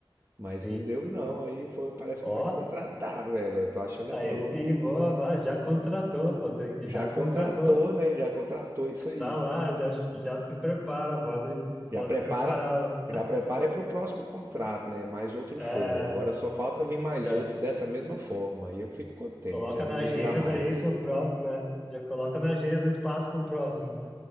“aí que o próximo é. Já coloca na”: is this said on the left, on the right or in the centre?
Centre